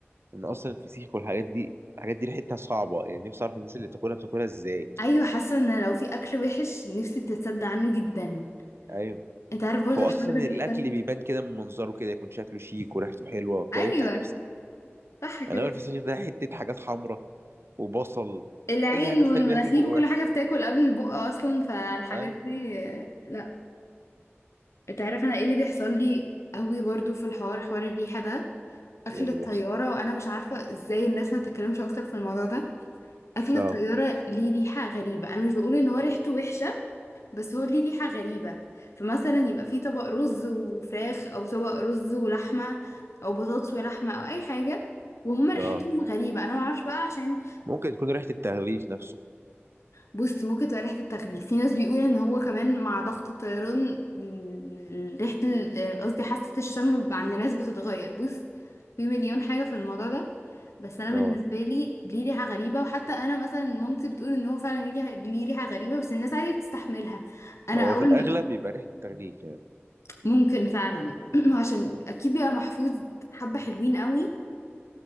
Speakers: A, on the right; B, on the left.
A: ان اصلا الفسيخ والحاجات دي الحاجات دي ريحتها صعبه يعني نفسي اعرف الناس اللي بتاكلها بتاكلها ازاي
B: ايوه حاسه ان لو في اكل وحش نفسي تتصدى عنه جدا
A: ايوه
B: انت عارف برضو
A: هو
B: الحوار
A: اصلا
B: ده بيحصل
A: الاكل بيبان كده من منظره كده يكون شكله شيك وريحته حلوه وبتاع
B: ايوه
A: يفتح نفسك
B: صح كده
A: انا هو الفسيخ ده حته حاجات حمراء وبصل
B: العين
A: اي حاجه تخلي
B: والمناخير
A: ريحه البق وحشه
B: وكل حاجه بتاكل قبل البق اصلا فالحاجات
A: ايوه
B: دي آه، لا انت عارف انا ايه اللي بيحصل لي قوي برضو في الحوار حوار الريحه ده اكل
A: ايه اللي
B: الطياره
A: بيحصل
B: وانا مش عارفه ازاي الناس ما تتكلمش اكتر في الموضوع ده اكل
A: اه
B: الطياره ليه ريحه غريبه انا مش بقول ان هو ريحته وحشه بس هو ليه ريحه غريبه فمثلا يبقى فيه طبق رز وفراخ او طبق رز ولحمه او بطاطس ولحمه او اي حاجه وهما ريحتهم
A: اه
B: غريبه انا ما اعرفش بقى عشان
A: ممكن تكون ريحه التغليف نفسه
B: بص ممكن تبقى ريحة التغليف في ناس بيقول ان هو كمان مع ضغط الطيران ال- ال- ريحة ال- آه، قصدي حاسة الشم ب- عند ناس بتتغير بص في مليون حاجة في الموضوع ده بس انا
A: اه
B: بالنسبة لي ليه ريحة غريبة وحتى انا مثلا مامتي بتقول ان هو فعلا ليه ريحة ليه ريحة غريبة بس الناس عادي بتستحملها انا
A: هو
B: اول
A: في الاغلب
B: ما ب-
A: بيبقى ريحه التغليف يعني
B: ممكن فعلا <clears throat> عشان اكيد بيبقى محفوظ حبة حلوين قوي